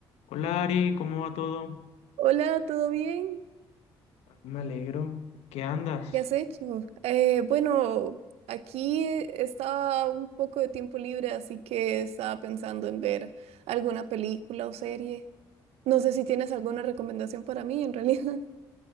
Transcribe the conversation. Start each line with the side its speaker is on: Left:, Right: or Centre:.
Left: Hola Ari, ¿cómo va todo?
Right: Hola, ¿todo bien?
Left: Me alegro. ¿Qué andas?
Right: ¿Qué has hecho? Eh, bueno, aquí estaba un poco de tiempo libre, así que estaba pensando en ver alguna película o serie. No sé si tienes alguna recomendación para mí, en realidad. <laughs>